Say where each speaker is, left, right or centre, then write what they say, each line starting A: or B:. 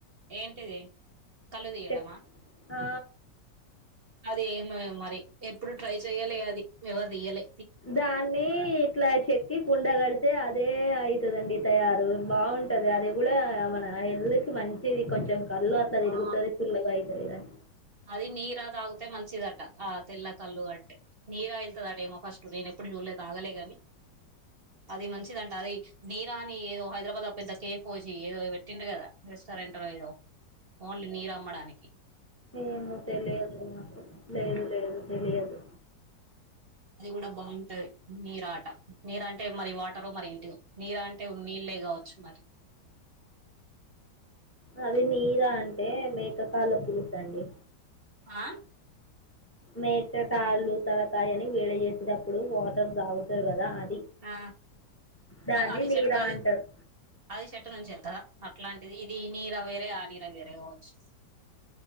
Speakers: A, on the right (about 50°); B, on the left (about 15°).
A: ఏంటిది కళ్ళు తీయడమా
B: చెక్ ఆ
A: అది ఏమ మరి ఎప్పుడు ట్రై చెయ్యాలి అది ఎవరు తీయలె
B: దాన్ని ఇట్లా చెక్కి కుండగడితే అదే అఐ వస్తదండి తయారు బావుంటది అది కూడా మన హెల్త్ కి మంచిది కొంచెం కల్లు అట్ల తిరుగుతది
A: ఆ
B: ఫుల్గాయిద్ద లేదని
A: అది నీరా తాగితే మంచిదట ఆ తెల్ల కళ్ళు అంటే నీరా వెల్తుదట ఏమో ఫస్ట్ నేను ప్పుడు చూలే తాగలే గాని అది మంచిదంట అది నీరాని ఏదో హైదరాబాద్ లో పెద్ద కేఫ వచ్చి ఏదో పెట్టిండ కదా రీష్టరెంట్ర్ ఎదో ఓన్లీ నీరుమ్మడానికి
B: ఏమో తెలియదు నాకు లేదు లేదు తెలియదు
A: అది కూడా బావుంటది నీరా అట నీరు అంటే మరి వాటర్ మరి ఇంటిదో నీరా అంటే ఉ నీళ్లే కావచ్చు మరి
B: అది నీరా అంటే మేకకళ కులుద్దండి
A: ఆ
B: మేకకాళ్ళు తలకాయ అని వేడ చేసేటప్పుడు వాటర్ తాగుతారు కదా అది
A: ఆ
B: దాన్ని
A: అది
B: నీరా
A: చెట్ అది
B: అంటారు
A: అది చెట్టు నుంచి వెలతదా అట్లాంటిది ఇది నీర వేరే, ఆ నీర వేరే కావచ్చు